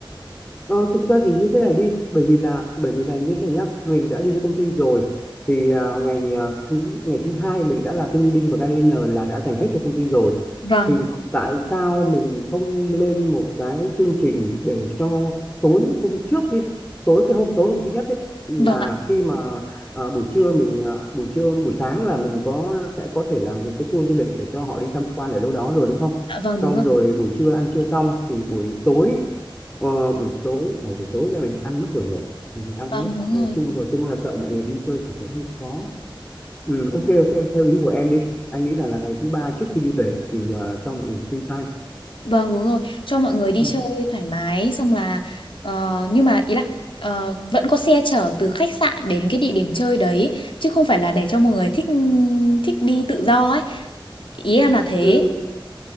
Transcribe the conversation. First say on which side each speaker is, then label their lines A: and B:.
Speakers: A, on the left; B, on the left.
A: Ờ, thực ra thì như thế này đi bởi vì là bởi vì là như thế này nhá mình đã đi với công ty rồi thì à, ngày à, thứ ngày thứ hai mình đã là team building và gardener là đã dành hết cho công ty rồi
B: Vâng.
A: thì tại sao mình không lên một cái chương trình để cho tối hôm trước đi tối cái hôm tối hôm thứ nhất ấy là
B: Vâng ạ.
A: khi mà à, buổi trưa mình à, buổi trưa buổi sáng là mình có sẽ có thể làm một cái tour du lịch để cho họ đi tham quan ở đâu đó rồi đúng không
B: Dạ vâng đúng
A: xong
B: rồi.
A: rồi buổi trưa ăn trưa xong thì buổi tối Ờ, buổi tối ở buổi tối là mình ăn mất rồi người mình ăn
B: Vâng
A: mất
B: đúng
A: ờ,
B: rồi.
A: chung rồi chung là sợ mọi người đi chơi thì sẽ hơi khó ừ, ok ok theo ý của em đi anh nghĩ là là ngày thứ ba trước khi đi về thì ờ, cho mọi người free time
B: Vâng đúng rồi, cho mọi người đi
A: ừ.
B: chơi thoải mái xong là ờ, nhưng mà ý là ờ, vẫn có xe chở từ khách sạn đến cái địa điểm chơi đấy chứ không phải là để cho mọi người thích thích đi tự do ấy. Ý em là thế.
A: Ừ,